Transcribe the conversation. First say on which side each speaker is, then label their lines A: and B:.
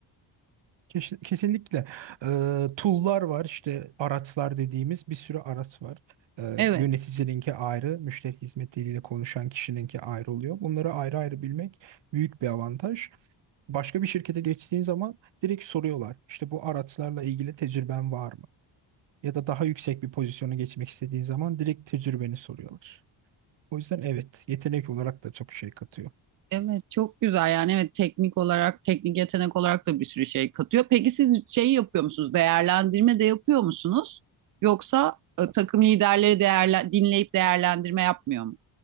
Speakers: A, on the right (about 70°); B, on the right (about 45°).
A: Keş- Kesinlikle e, tool'lar var işte araçlar dediğimiz bir sürü araç var. E,
B: Evet.
A: yöneticininki ayrı, müşteri hizmetiyle konuşan kişininki ayrı oluyor. Bunları ayrı ayrı bilmek büyük bir avantaj. Başka bir şirkete geçtiğin zaman direkt soruyorlar. İşte bu araçlarla ilgili tecrüben var mı? Ya da daha yüksek bir pozisyona geçmek istediğin zaman direkt tecrübeni soruyorlar. O yüzden evet, yetenek olarak da çok şey katıyor.
B: Evet çok güzel yani evet teknik olarak teknik yetenek olarak da bir sürü şey katıyor. Peki siz şey yapıyor musunuz? Değerlendirme de yapıyor musunuz? Yoksa e, takım liderleri değerlen dinleyip değerlendirme yapmıyor mu?